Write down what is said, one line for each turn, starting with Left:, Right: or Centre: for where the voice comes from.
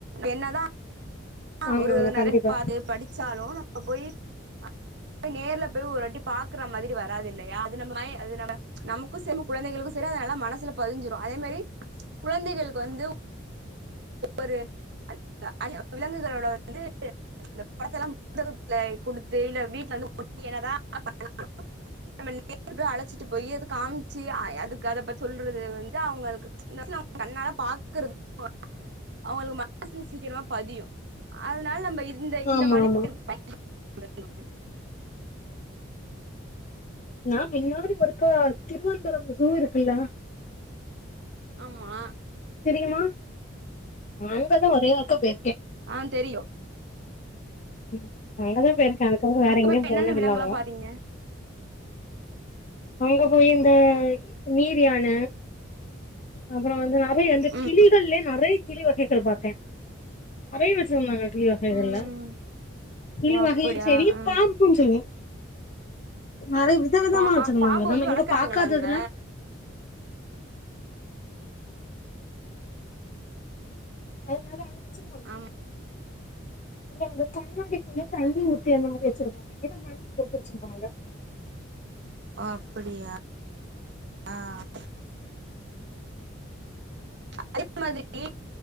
Right: என்னதா அஹ்
Left: ஆமா
Right: ஒரு
Left: ஆமா
Right: நெறைய
Left: கண்டிப்பா
Right: புக் பாத்து படிச்சாலு ப்ப போயி அங்க நேர்ல போயி ஒரு வாட்டி பாக்குற மாதிரி வராது இல்லையா அது நம்ம மை அது நம்ம நமக்கு செரி குழந்தைகளுக்கு செரி அது நல்லா மனசுல பதிஞ்சிரு அதே மாரி குழந்தைகளுக்கு வந்து் ஒரு அஹ் விலங்குகளோட வந்து இந்த படத்துலலா புத்தகத்துல குடுத்து இல்ல வீட்டுல வந்து ஒட்டி என்னதா அலப்பற பண்ணாலு நம்ம நேர்ல போயி அழச்சிட்டு போயி அது காம்ச்சி அதுக்கு அத பத்தி சொல்றது வந்து அவுங்களுக்கு இந்த வயசுல அவுங்க கண்ணால பாக்குறது <unintelligible> அவுங்களுக்கு மனசுல சீக்கிரமா பதியு‌ அதனால நம்ம இது இந்த இந்த
Left: ஆமா
Right: வழி
Left: ஆமா
Right: <unintelligible>
Left: நா முன்னாடி ஒருக்கா திருவனந்தரபுரோ சூ இருக்குல்ல
Right: ஆமா
Left: தெரியுமா அங்கதா ஒரே ஒருக்கா போயிருக்க
Right: அஹ் தெரியு
Left: ம் அங்கதா போயிருக்க அதுக்கப்புறோ வேற எங்கேயு
Right: இப்ப என்னென்ன
Left: போனதில்ல
Right: விலங்குல்லா
Left: அவ்ளவா
Right: பாத்தீங்க
Left: அங்க போய் இந்த நீர் யான அப்புறோ வந்து அவை அந்த
Right: ம்
Left: கிளிகள்ளே நெறைய கிளி வகை கள் பாத்தே நெறைய வெச்சிருந்தாங்க கிளி வகைகள்ல
Right: ம் ம்
Left: கிளி
Right: ஓ
Left: வகயும்
Right: அப்படியா
Left: செரி
Right: ஆ
Left: பாப்பும் செரி நெறைய வித விதமா
Right: பா
Left: வச்சிருந்தாங்க
Right: பாம்பு
Left: நம்ம
Right: வந்து வளர்க்குறாங்களா
Left: இங்க பாக்காததுலா
Right: அங்க
Left: அதனால அங்க வச் சிருவாங்க
Right: ஆமா
Left: இல்ல அந்த கண்ணாடிக்குள்ள தண்ணி ஊத்தி அந்த மாதிரி வச்சிருப்பாங்க இல்லனா மண்ணு போட்டு வச்சிருப்பாங்க
Right: அப்படியா அஹ் அதே மாதிரி